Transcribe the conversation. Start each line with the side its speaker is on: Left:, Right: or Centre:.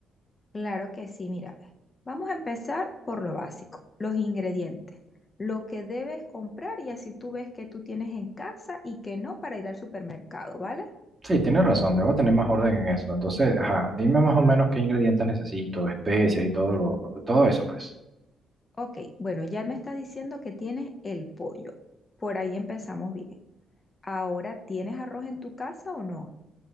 Left: Claro que sí, mira, ve. vamos a empezar por lo básico, los ingredientes, lo que debes comprar y así tú ves que tú tienes en casa y que no para ir al supermercado, ¿vale?
Right: Sí, tienes razón, debo tener más orden en eso. Entonces, ajá, dime más o menos qué ingredientes necesito, especias y todo lo, todo eso, pues.
Left: Ok, bueno, ya me estás diciendo que tienes el pollo. Por ahí empezamos bien. Ahora, ¿tienes arroz en tu casa o no?